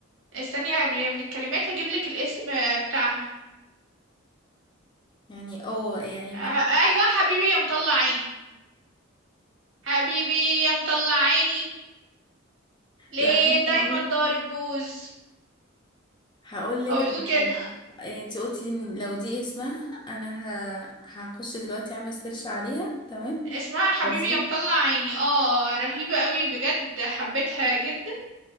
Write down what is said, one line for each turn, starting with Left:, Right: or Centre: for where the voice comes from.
Right: استني هي هي من الكلمات هجيب لك الاسم بتاعها
Left: يعني اه يعني
Right: آه،
Left: ما
Right: ايوه حبيبي يا مطلع عيني حبيبي يا مطلع عيني ليه
Left: لا بس
Right: دايما
Left: هقولك
Right: ضارب بوز
Left: هقولك
Right: هو بيقول
Left: على
Right: كده
Left: حاجة يعني انتي قلتي ان لو دي اسمها انا ه... هخش دلوقتي اعمل سيرش عليها تمام
Right: اسمها حبيبي
Left: واسمع
Right: يا مطلع عيني اه رهيبه قوي بجد حبيتها جدا